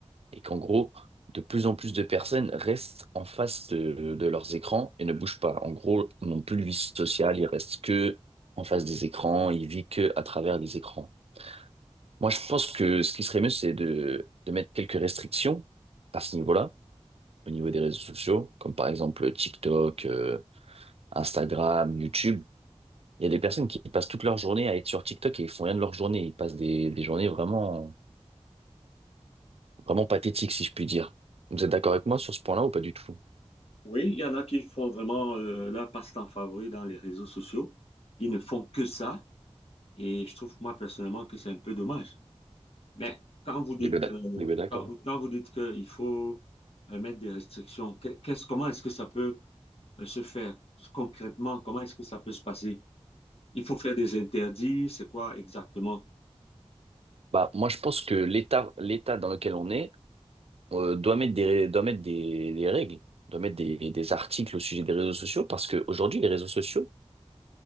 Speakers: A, on the right (about 60°); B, on the left (about 60°).
A: et qu'en gros, de plus en plus de personnes restent en face de, de leurs écrans et ne bougent pas. En gros, ils n'ont plus de vie sociale, ils restent que en face des écrans, ils vivent que à travers les écrans. Moi, je pense que ce qui serait mieux, c'est de, de mettre quelques restrictions à ce niveau-là au niveau des réseaux sociaux, comme par exemple TikTok, euh, Instagram, YouTube. Il y a des personnes qui passent toute leur journée à être sur TikTok et ils font rien de leur journée. Ils passent des, des journées vraiment, vraiment pathétiques, si je puis dire. Vous êtes d'accord avec moi sur ce point-là ou pas du tout?
B: Oui, il y en a qui font vraiment euh, leur passe-temps favori dans les réseaux sociaux. Ils ne font que ça. Et je trouve, moi, personnellement, que c'est un peu dommage. Mais quand vous dites,
A: les est bien d'ac-
B: euh,
A: on bien d'accord.
B: quand, quand vous dites qu'il faut euh, mettre des restrictions, que- qu'est-ce, comment est-ce que ça peut euh, se faire concrètement? Comment est-ce que ça peut se passer? Il faut faire des interdits, c'est quoi exactement?
A: Bah, moi, je pense que l'État, l'État dans lequel on est, euh, doit mettre des, ré- doit mettre des, des règles, doit mettre des, des articles au sujet des réseaux sociaux parce qu'aujourd'hui, les réseaux sociaux,